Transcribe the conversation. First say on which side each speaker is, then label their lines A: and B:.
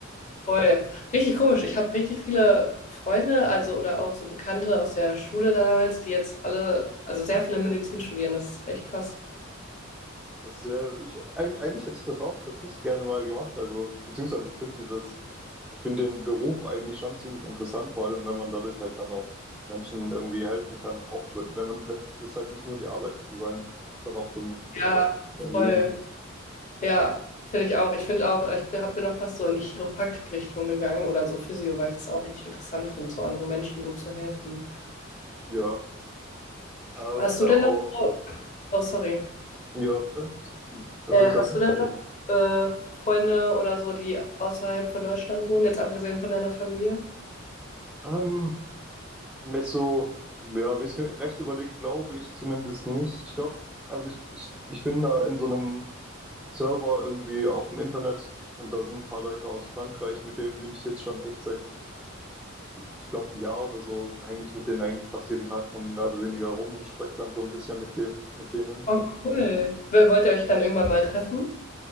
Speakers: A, on the left (about 35°); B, in the centre.
A: Voll. Richtig komisch. Ich habe richtig viele Freunde, also oder auch so Bekannte aus der Schule damals, die jetzt alle, also sehr viele Medizin studieren. Das ist echt krass.
B: Das, äh, ich, ein, eigentlich hätte ich das auch tatsächlich gerne mal gemacht. Also, beziehungsweise ich finde dieses, ich finde den Beruf eigentlich schon ziemlich interessant, vor allem wenn man dadurch halt dann auch Menschen irgendwie helfen kann, auch we- wenn man, wenn das halt nicht nur die Arbeit sozusagen, das hat auch so einen
A: Ja,
B: praktischen irgendwie.
A: voll. Ja, finde ich auch. Ich finde auch, äh, ich bin, hab, bin auch fast so in die Chiropraktik-Richtung gegangen oder so Physio, weil ich das auch richtig interessant finde, so anderen Menschen so zu helfen.
B: Ja. Äh, aber,
A: Hast du
B: aber
A: denn noch, oh, oh, sorry,
B: ja, bitte. Kannst
A: äh,
B: du ruhig sagen?
A: hast du denn noch äh, Freunde oder so, die außerhalb von Deutschland wohnen, jetzt abgesehen von deiner Familie?
B: Ähm, wenn ich so, ja, wenn ich es mir recht überlegt, glaube ich zumindest nicht. Ich glaube, also ich, ich, ich bin da in so einem Server irgendwie auch im Internet. Und da sind ein paar Leute aus Frankreich, mit denen bin ich jetzt schon echt seit, ich glaube, ein Jahr oder so, hänge ich mit denen eigentlich fast jeden Tag so mehr oder weniger rum und spreche dann so ein bisschen mit dem, mit denen.
A: Oh, cool. W- Wollt ihr euch dann irgendwann mal treffen?